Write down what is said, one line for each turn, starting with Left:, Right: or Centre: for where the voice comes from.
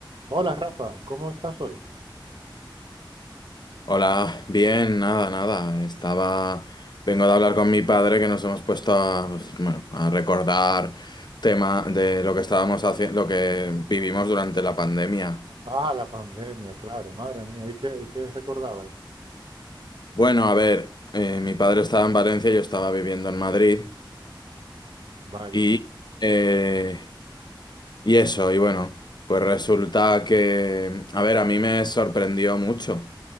Right: Hola Rafa, ¿cómo estás hoy?
Left: Hola, bien, nada, nada. Estaba, vengo de hablar con mi padre que nos hemos puesto a, pues, bueno, a recordar tema de lo que estábamos haciendo, lo que vivimos durante la pandemia.
Right: Ah, la pandemia, claro, madre mía, ¿y qué, y qué recordabais?
Left: Bueno, a ver, eh, mi padre estaba en Valencia, yo estaba viviendo en Madrid
Right: Vaya,
Left: y, eh, y eso, y bueno, pues resulta que, a ver, a mí me sorprendió mucho,